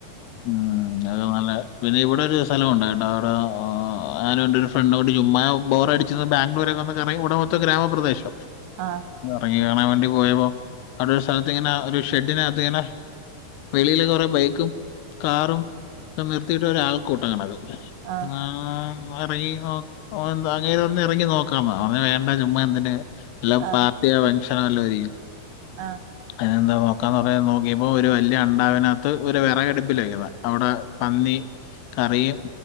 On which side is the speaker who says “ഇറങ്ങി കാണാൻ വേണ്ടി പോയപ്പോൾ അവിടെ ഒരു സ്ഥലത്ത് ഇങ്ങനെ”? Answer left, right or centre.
Left